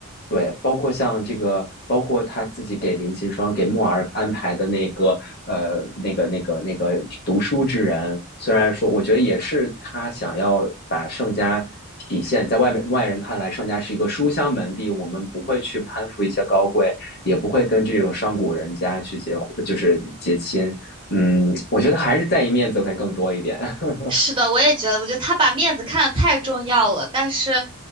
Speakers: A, on the left; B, on the right.
A: 对，包括像这个，包括他自己给林噙霜、给墨儿安排的那个，呃，那个、那个、那个读书之人，虽然说，我觉得也是他想要把盛家体现在外面外人看来，盛家是一个书香门第，我们不会去攀附一些高贵，也不会跟这种商贾人家去结婚就是结亲。嗯，我觉得还是在意面子会更多一点，<laughs>
B: 是的，我也觉得，我觉得他把面子看得太重要了，但是，